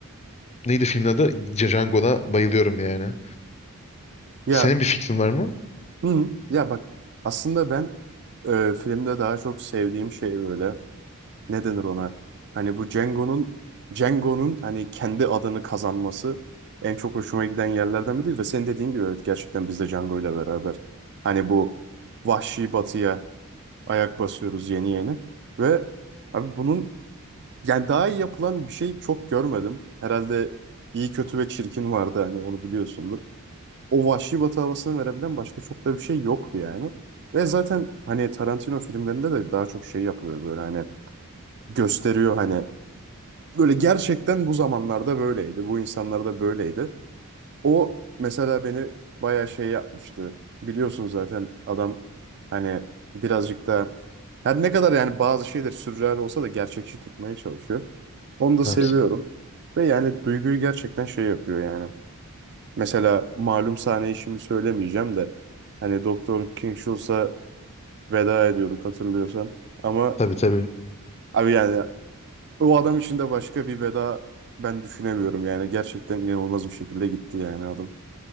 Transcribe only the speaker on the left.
neydi filmin adı? Django'da bayılıyorum yani.
Senin bir fikrin var mı?
Evet.
Tabii tabii.